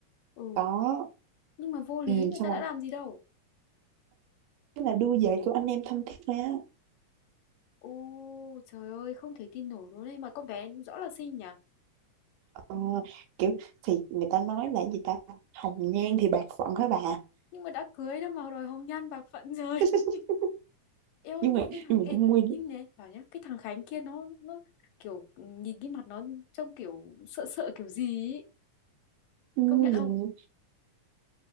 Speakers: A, on the left (about 80°); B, on the right (about 80°).
A: Ừ,
B: có
A: nhưng mà vô lý,
B: ừ,
A: người
B: xong
A: ta
B: rồi
A: đã làm gì đâu.
B: Thế là đưa về của anh em thân thiết thôi á
A: Ô trời ơi không thể tin nổi luôn đấy mà con bé rõ là xinh nhỉ
B: ờ, kiểu thì người ta nói là gì ta hồng nhan thì bạc phận hả bà
A: nhưng mà đã cưới đâu mà đòi hồng nhan bạc phận rồi
B: <laughs>
A: <laughs> Ê ôi
B: nhưng
A: nhưng
B: mà
A: mà cái thằng
B: nhưng
A: ê
B: mà Trung Nguyên
A: nhưng nè bảo nhá cái thằng Khánh kia nó nó kiểu ừ, nhìn cái mặt nó trông kiểu sợ sợ kiểu gì ấy.
B: nhìn
A: công nhận không